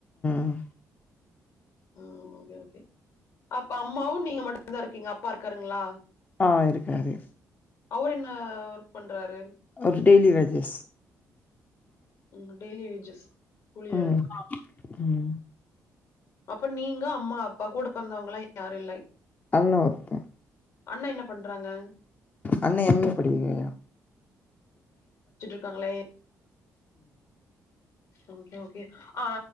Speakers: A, on the left; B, on the left.
A: ம்
B: உம் ஓகே ஓகே அப்ப அம்மாவும் நீங்க மட்டும்தான் இருக்கீங்க அப்பா இருக்காருங்களா
A: ஆஹ் இருக்காரு
B: அவர் என்ன ஒர்க் பண்றாரு
A: அவரு டெய்லி வேஜஸ்
B: ம் டெய்லி வேஜஸ் கூலி வேல
A: ம் ம்
B: அப்ப நீங்க அம்மா அப்பா கூட பிறந்தவங்களா யாரூ இல்லை
A: அண்ணா ஒருத்தன்
B: அண்ணா என்ன பண்றாங்க
A: அண்ணா எம் ஏ படிக்போய்க்கிறா
B: க்காங்களே ஓகே ஓகே ஆ